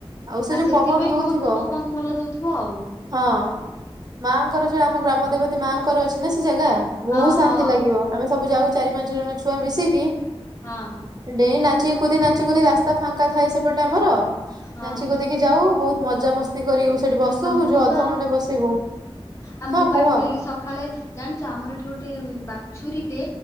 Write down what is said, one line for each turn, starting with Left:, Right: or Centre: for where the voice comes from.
Right: ଆଉ ସେ
Left: ଆ
Right: ଯୋଉ
Left: ସେଥିପାଇଁ
Right: ପବନ ଦଉଥିବ
Left: ବହୁତ ପବନ ଭଲ ଦଉଥିବ ଆଉ।
Right: ହଁ ମା ଙ୍କର ସେଇଟା ଆମ ଗ୍ରାମ ଦେବତୀ ମା ଙ୍କର ଅଛି। ଚି ନା ସେ ଜାଗା
Left: ହଁ
Right: ବହୁତ
Left: ହଁ
Right: ଶାନ୍ତି ଲାଗିବ ଆମେ ସବୁ ଯାଉ ଚାରି ପାଞ୍ଚ ଜଣ ଛୁଆ ମିଶିକି।
Left: ହଁ।
Right: ଡେଇଁ ନାଚି କୁଦି ନାଚି କୁଦି ରାସ୍ତା ଫାଙ୍କା ଥାଏ ସେପଟେ ଆମର
Left: ହଁ
Right: ନାଚି କୁଦିିକି ଯାଉ ବହୁତ ମଜାମସ୍ତି କରିବୁ ସେଠି ବସିବୁ
Left: ଆଉ ମୁଁ
Right: ଯୋଉ
Left: ତ
Right: ଅଧଘଣ୍ଟେ ବସିବୁ
Left: ଆଉ ମୁଁ
Right: ହଁ
Left: ବା
Right: କୁହ
Left: ଏଠି ଡେଲି ସଖାଳେ ଜାଣିଚ ଆମର ଏଠି ଗୋଟେ ବାଛୁରୀ ଟେ